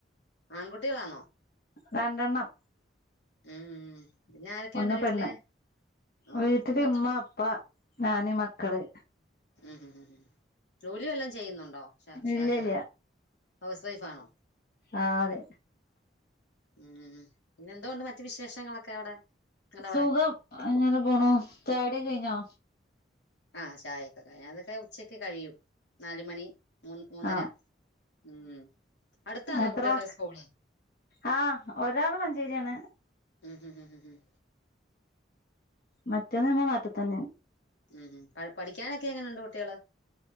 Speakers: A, on the left; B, on the left.
A: ആൺകുട്ടികളാണോ
B: രണ്ടെണ്ണം
A: ഉം പിന്നെ ആരൊക്കെയുണ്ട്
B: ഒന്ന്
A: വീട്ടില്
B: പെണ്ണ്
A: ആ
B: വീട്ടില്
A: മൊത്തം
B: ഇമ്മ അപ്പ ഞാന് മക്കള്
A: ഉം ഉം ജോലിവല്ലോം ചെയ്യുന്നുണ്ടോ ഷാക്കിറ
B: ഇല്ല ഇല്ല
A: ഹൗസ് വൈഫാണോ
B: ആ അതെ
A: ഉം പിന്നെ എന്തോണ്ട് മറ്റ മറ്റു വിശേഷങ്ങളൊക്കെ അവിടെ നിങ്ങൾ അവിടെ
B: സുഖം അങ്ങനെ പോണു ചായകുടിയൊക്കെ കഴിഞ്ഞോ
A: ആഹ് ചായയൊക്കെ കഴിഞ്ഞു അതൊക്കെ ഉച്ചക്ക് കഴിയും നാലുമണി മൂന്ന് മൂന്നര
B: ആഹ്
A: ഉം അടുത്താന്ന
B: എത്ര
A: കുട്ടികളുടെ
B: മക്ക
A: സ്കൂള്
B: ആഹ് ഒരാള് മഞ്ചേരിയാണ്
A: ഉം ഉം ഉ ഉംം
B: മറ്റേന്ന് നമ്മ മാറ്റ തന്നെ
A: ഉംം പഠിക്കാനൊക്കെ എങ്ങനെയുണ്ട് കുട്ടികള്